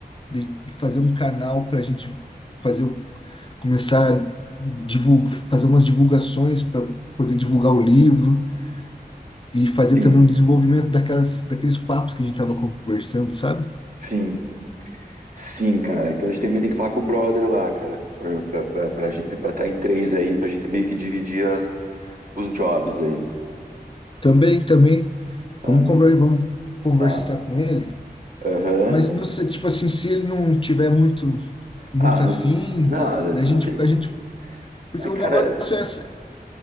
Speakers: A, on the left (about 30°); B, on the right (about 55°).
A: de, de fazer um canal pra gente fazer, o- começar a divul- fazer umas divulgações para poder divulgar o livro e fazer
B: Sim,
A: também um desenvolvimento daquelas, daqueles papos que a gente tava conversando, sabe?
B: sim, sim, cara. Então a gente também tem que falar com o brother lá, cara. Pra, pra, pra, pra gente, pra estar em três aí, pra gente meio que dividir as, os jobs aí,
A: Também, também.
B: sabe?
A: Vamos conver, vamos conversar
B: Tá?
A: com ele.
B: Aham.
A: Mas não sei, tipo assim, se ele não tiver muito, muito
B: Ah, não,
A: afim,
B: não,
A: da gente,
B: não tem.
A: a gente, porque
B: ah,
A: o
B: Cara,
A: negócio é, essa-